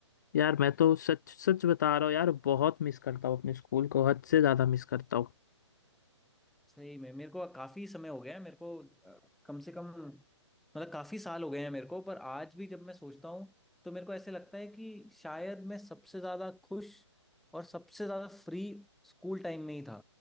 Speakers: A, on the left; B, in the centre.
A: यार मैं तो सच सच बता रहा हूँ यार बहुत मिस करता हूँ अपने स्कूल को हद से ज़्यादा मिस करता हूँ
B: सही में मेरे को काफी समय हो गया है मेरे को अ, कम से कम मतलब काफी साल हो गए हैं मेरे को पर आज भी जब मैं सोचता हूँ तो मेरे को ऐसे लगता है कि शायद मैं सबसे ज्यादा खुश और सबसे ज्यादा फ्री स्कूल टाइम में ही था